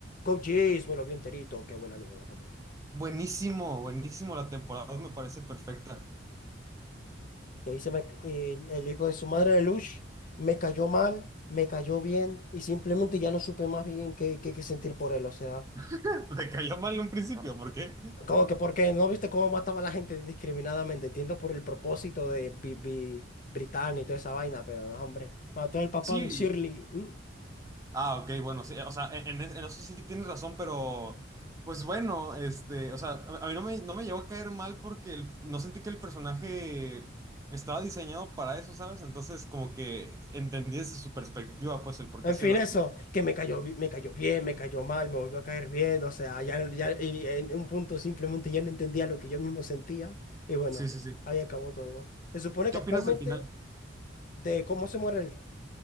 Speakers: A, on the left (about 45°); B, on the right (about 15°).
A: Code Geass, me lo vi enterito. Qué buen anime, no, hombre.
B: Buenísimo, buenísimo. La temporada dos me parece perfecta.
A: Y ahí se me... y el hijo de su madre, de Lush, me cayó mal, me cayó bien, y simplemente ya no supe más bien qué, qué, qué sentir por él. O sea,
B: <laughs> Me cayó mal en un principio, ¿por qué?
A: como que porque no viste cómo mataba a la gente discriminadamente. Entiendo por el propósito de Bi- Bi- Britannia y toda esa vaina, pero no, hombre. Mató al papá
B: Sí,
A: de Shirley. mm,
B: Ah, ok, bueno, sí, o sea, en, en es- en eso sí tienes razón, pero pues bueno, este, o sea, a, a mí no me, no me llegó a caer mal porque el- no sentí que el personaje estaba diseñado para eso, ¿sabes? Entonces, como que entendí desde su perspectiva, pues, el por
A: En
B: qué hacía
A: fin,
B: las...
A: eso,
B: cosas.
A: que me cayó, bi- me cayó bien, me cayó mal, me volvió a caer bien, o sea, ya, ya y en un punto simplemente ya no entendía lo que yo mismo sentía y bueno,
B: Sí, sí, sí.
A: ahí acabó todo. Se supone
B: ¿Qué
A: que
B: opinas
A: actualmente
B: del final?
A: de cómo se muere él,